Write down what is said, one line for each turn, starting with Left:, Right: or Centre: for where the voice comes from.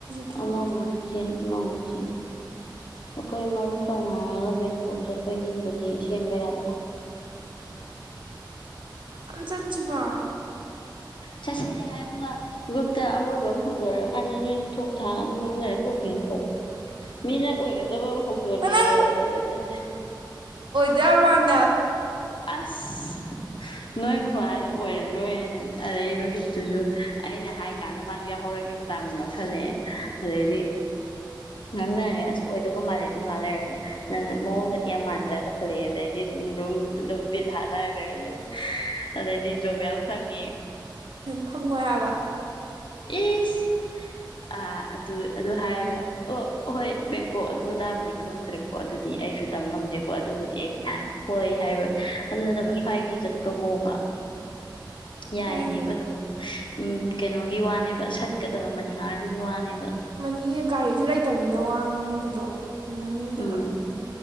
Right: ꯒꯤꯞ
Left: ꯑꯃ
Right: ꯑꯞ ꯇꯧꯔꯦ
Left: ꯃꯨꯛ ꯆꯦꯟ ꯑꯃ ꯃꯨꯛ ꯆꯤꯟ ꯑꯥꯈꯣꯏ ꯃꯔꯨꯞ ꯇꯧꯅꯔꯒ ꯕꯦꯡꯀꯣꯛ ꯆꯠꯄꯒꯤꯕꯨꯗꯤ ꯀꯦꯝꯕ ꯌꯥꯕ
Right: ꯑꯝ ꯆꯠꯁꯤꯕ
Left: ꯆꯠꯁꯤꯗꯤ ꯍꯥꯏ ꯑꯗꯨꯒ ꯒꯔꯨꯞꯇ ꯑꯋꯣꯏꯕ ꯑꯃ ꯍꯧꯗꯣꯔꯛꯑ ꯀꯥꯟꯗ ꯅꯣꯏ ꯊꯣꯛ ꯊꯥꯛ ꯉꯥꯡꯅꯔꯒꯥ ꯇꯣꯛꯈꯤꯅꯇꯔꯣ ꯃꯤꯅ ꯑꯣꯏꯒꯗꯕ ꯑꯃꯥ ꯍꯧꯗꯣꯔꯤꯑ
Right: ꯅꯪ
Left: ꯑꯗꯨꯗꯩꯩꯗ
Right: ꯗꯦꯕꯟ
Left: ꯑꯁ ꯅꯣꯏ ꯈꯨꯍꯥꯏꯗꯣ ꯑꯣꯏꯔꯔꯣꯏꯅ ꯑꯗꯩ ꯔꯣꯍꯤꯠ ꯇꯨꯁꯨ ꯑꯩꯅ ꯍꯥꯏ ꯀꯥꯟꯗ ꯃꯥꯁꯨ ꯌꯥꯎꯍꯧꯔꯒꯦ ꯒꯤ ꯃꯇꯥꯡꯒꯨꯝ ꯌꯥꯎꯁꯜꯂꯛꯑꯦ ꯑꯗꯩꯗꯤ ꯉꯥꯡꯅꯔꯦ ꯑꯁ ꯑꯣꯏꯗꯒ ꯃꯥꯜꯂꯦ ꯑꯗꯨ ꯉꯥꯡ ꯂꯩꯔꯒ ꯅꯡ ꯃꯑꯣꯡꯒꯗꯤ ꯌꯥꯝ ꯃꯥꯟꯗ꯭ꯔꯥ ꯇꯧꯈꯠꯂꯛꯑꯦ ꯑꯗꯩꯗꯤ ꯑꯗꯨꯝ ꯑꯗꯨꯝ ꯕꯤꯠ ꯍꯥꯥꯟꯅꯈ꯭ꯔꯦ ꯑꯗꯩꯗꯤ ꯑꯗꯩꯗꯤ ꯖꯣꯕꯌꯥ ꯐꯉꯤ
Right: ꯐꯉꯣꯏ ꯍꯥꯏꯕ
Left: ꯏꯁ ꯑ ꯑꯗꯨ ꯑꯗꯨ ꯍꯥꯏꯔꯒ ꯑꯣ ꯍꯣꯏ ꯕꯦꯡꯀꯣꯛ ꯑꯗꯨ ꯑꯗꯥꯕꯨꯗꯤ ꯈꯡꯗ꯭ꯔꯦ ꯀꯦ ꯑꯗꯨꯗꯤ ꯑꯩꯁꯨ ꯇꯝ ꯉꯝꯗꯦꯀꯣ ꯑꯗꯨꯕꯨꯗꯤ ꯑꯩ
Right: ꯎꯝ
Left: ꯍꯣꯏ ꯍꯥꯏꯔꯣꯏ ꯑꯗꯨ ꯅꯠꯇꯕ ꯁ꯭ꯋꯥꯏꯒꯤ ꯆꯠꯄ ꯄꯣꯕ
Right: ꯉꯁꯥꯏꯒꯤ
Left: ꯌꯥꯏꯅꯦꯕ ꯑꯗꯨꯝ ꯎꯝ ꯀꯩꯅꯣ ꯋꯥꯅꯦꯕ ꯁꯠꯀꯗꯕ ꯃꯅꯤꯍꯥꯔꯗꯨꯒꯤ ꯋꯥꯅꯦꯕ
Right: ꯃꯅꯤ ꯒꯥꯔꯤꯁꯨ ꯂꯩꯇꯕꯅꯤꯅ ꯋꯥ ꯉꯥꯡꯕꯗꯣ ꯉꯥꯡꯅꯤꯡꯗꯕ
Left: ꯎꯝ